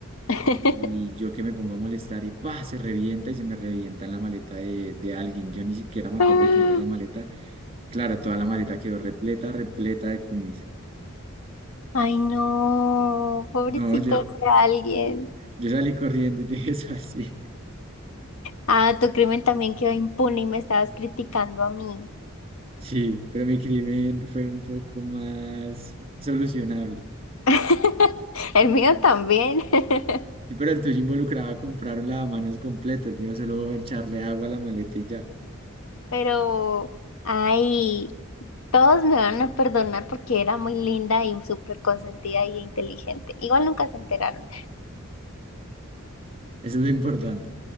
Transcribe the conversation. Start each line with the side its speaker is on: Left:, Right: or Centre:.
Left: <laughs>
Right: Y yo que me pongo a molestar y pa, se revienta y se me revienta la maleta de, de alguien. Yo ni siquiera me
Left: Ah,
Right: acuerdo de quién era la maleta. Claro, toda la maleta quedó repleta, repleta de cumis.
Left: Ay, no, pobrecito
Right: No, yo,
Left: de alguien.
Right: yo salí corriendo y <laughs> dejé eso así.
Left: Ah, tu crimen también quedó impune y me estabas criticando a mí.
Right: Sí, pero mi crimen fue un poco más solucionable.
Left: <laughs> El mío también. <laughs>
Right: Sí, pero el tuyo involucraba comprar un lavamanos completo, el mío solo echarle agua a la maleta y ya.
Left: Pero, ay, todos me van a perdonar porque era muy linda y súper consentida y inteligente. Igual nunca se enteraron.
Right: Eso es lo importante.